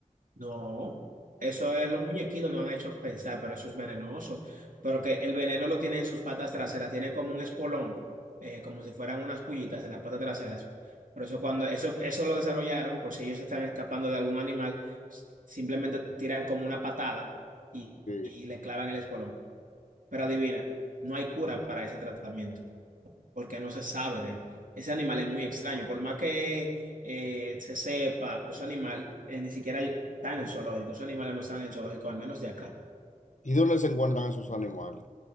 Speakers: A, on the right; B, on the left.
A: No, eso es los muñequitos, no han hecho pensar, pero eso es venenoso. Pero que el veneno lo tienen en sus patas traseras, tienen como un espolón, eh, como si fueran unas pullitas en las patas traseras. Por eso cuando eso, eso lo desarrollaron, por si ellos se están escapando de algún animal, s- simplemente tiran como una patada y,
B: Sí.
A: y le clavan el espolón. Pero adivina, no hay cura para ese tratamiento porque no se sabe de él. Ese animal es muy extraño, por más que eh, se sepa, ese animal eh, ni siquiera está en el zoológico, esos animales no están en el zoológico, al menos de acá.
B: ¿Y dónde se encuentran esos animales?